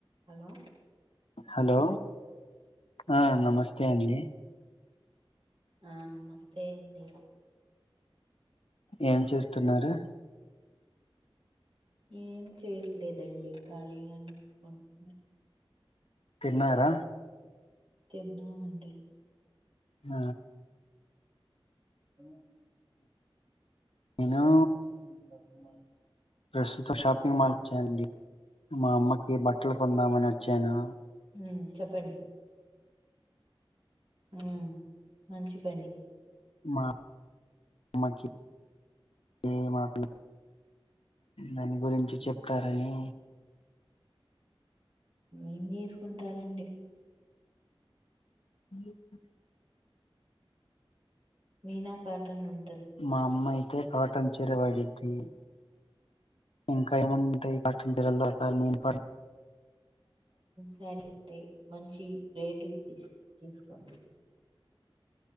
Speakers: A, on the right; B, on the left.
A: hello
B: hello ఆ నమస్తే అండి
A: ఆ నమస్తే అండి
B: ఏం చేస్తున్నారు
A: ఏం చేయట్లేదండి ఖాళీగానే <inaudible>
B: తిన్నారా
A: తిన్నామండి
B: ఆ
A: అ
B: నేను
A: రెస్ట్ రూమ్ పోతున్నర్
B: ప్రస్తుతం షాపింగ్ మాల్కి వచ్చాయండి మా అమ్మ ఈ బట్టలు కొందామని వచ్చాను
A: ఉమ్ చెప్పండి మ్మ్ మంచి పని
B: మా మాకి ఏ మాపి దాని గురించి చెప్తారని
A: ఏం చేసుకుంటారండి
B: <unintelligible>
A: మీనా కాటన్ నున్
B: మా అమ్మయి అయితే కాటన్ చీర వాడిది ఇంకా ఏమంటాయి కట్టు డోరగానే ఫిట్
A: సారి ఉంటాయి మంచి రేటింగ్ట్ తీస్తు తీసుకోండి